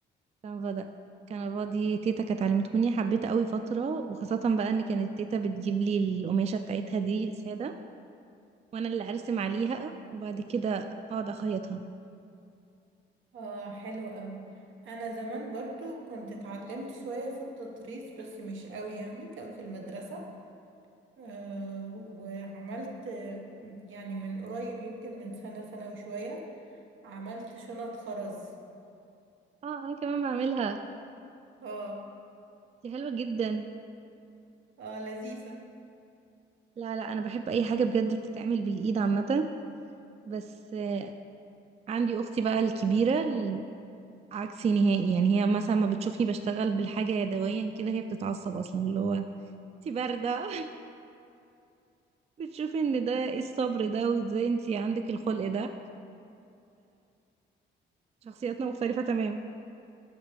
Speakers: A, on the right (about 35°); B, on the right (about 75°).
A: الكنفا ده الكنفا دي تيتا كانت علمتهوني حبيتها قوي فتره وخاصه بقى ان كانت تيتا بتجيب لي القماشه بتاعتها دي ساده وانا اللي ارسم عليها وبعد كده اقعد اخيطها
B: اه حلو قوي انا زمان برضو كنت اتعلمت شوية في التطريز بس مش قوي يعني كان في المدرسة آه وعملت آه، يعني من قريب يمكن من سنة سنة وشوية عملت شنط خرز
A: اه انا كمان بعملها
B: اه
A: دي حلوه جدا
B: اه لذيذة
A: لا لا انا بحب اي حاجه بجد بتتعمل بالايد عامه بس آه، عندي اختي بقى الكبيره ال- عكسي نهائي يعني هي مثلا ما بتشوفني بشتغل بالحاجه يدويا كده هي بتتعصب اصلا اللي هو انت بارده <laughs> بتشوفي ان ده ايه الصبر ده وازاي انت عندك الخلق ده فشخصياتنا مختلفه تمام